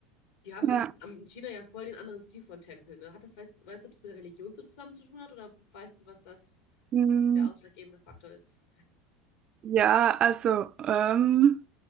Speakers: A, on the left; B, on the right.
A: Die haben
B: Ja.
A: in, in China ja voll den anderen Stil von Tempeln. Ne? Hat das, weißt, weißt du, ob es mit der Religion so zusammen zu tun hat oder weißt du, was das
B: Mhm.
A: der ausschlaggebende Faktor ist?
B: Ja, also, ähm,